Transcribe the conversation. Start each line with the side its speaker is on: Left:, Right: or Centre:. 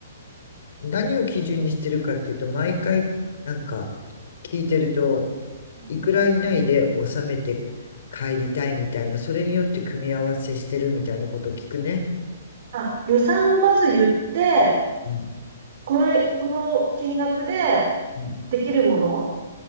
Left: 何を基準にしてるかっていうと、毎回、なんか、聞いてると、
Right: うん。
Left: いくら以内で収めて帰りたいみたいな、それによって組み合わせしてるみたいなことを聞くね。
Right: あ、予算をまず言って、
Left: うん、
Right: これ、この金額で
Left: うん、
Right: できるもの、